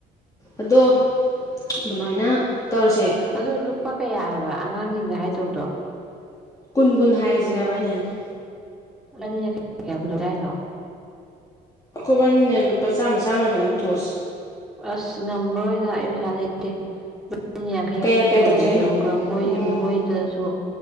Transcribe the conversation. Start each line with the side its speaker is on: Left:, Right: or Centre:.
Left: ꯑꯗꯣ ꯑꯗꯨꯃꯥꯏꯅ ꯇꯧꯔꯁꯦ
Centre: ꯑꯗꯣ ꯂꯨꯄꯥ ꯀꯌꯥ ꯍꯥꯏꯕ ꯑꯉꯥꯡꯁꯤꯡꯗ ꯍꯥꯏꯗꯧꯗꯣ
Left: <unintelligible> ꯀꯨꯟ ꯀꯨꯟ ꯍꯥꯏꯔꯁꯤꯔꯕ ꯑꯩꯅ ꯍꯥꯏꯅ
Centre: ꯏꯕꯅꯤꯅ <unintelligible> ꯀꯌꯥ ꯄꯨꯊꯣꯛꯁꯦ ꯍꯥꯏꯅꯣ
Left: ꯑꯩꯈꯣꯕꯅꯤꯅ ꯂꯨꯄꯥ ꯆꯥꯝꯃ ꯆꯥꯝꯃꯔ ꯀꯩꯅꯣꯝ ꯄꯨꯊꯣꯛꯑꯁꯤ
Centre: ꯑꯁ ꯉꯝꯃꯔꯣꯏꯗ ꯑꯩ ꯄꯩꯁꯥ ꯂꯩꯇꯦ ꯏꯕꯥꯅꯤ ꯌꯥꯡꯈꯩ
Left: ꯀꯌꯥ
Centre: ꯌꯥꯡꯈꯩ
Left: ꯀꯌꯥ
Centre: ꯄꯨꯊꯣꯛꯑꯁꯦ
Left: ꯇꯧꯁꯦ ꯍꯥꯏꯅꯣ
Centre: ꯑꯗꯩꯃꯨꯛꯀ ꯃꯣꯏ
Left: ꯑꯣ
Centre: ꯃꯣꯏꯗꯁꯨ